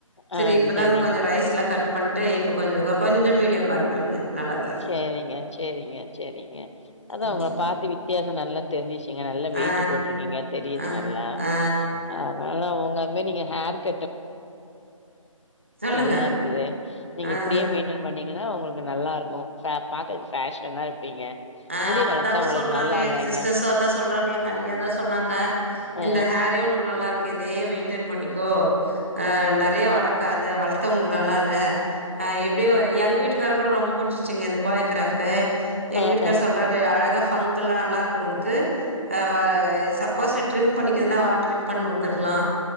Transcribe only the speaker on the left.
ஆ
சேரிங்க
சேரிங்க சேரிங்க சேரிங்க அதா
உங்கள பாத்து விட் வித்யாசோ நல்லா தெரிஞ்சிச்சுங்க நல்லா வெயிட்டு
போட்ருக்கீங்க தெரியுது
நல்லா
ஆனாலு உங்களமே நீங்க ஹேர் கட்டு
நல்லாருக்குது நீங்க
இப்டியே
மெயின்டெய்ன் பண்ணீங்கன்னா உங்ளுக்கு நல்லாருக்கு சா பாக்கதுக்கு ஃபேஷனா இருப்பீங்க
முடி
வளத்தா உங்களுக்கு
நல்லா இல்லைங்க
அ
அ
அ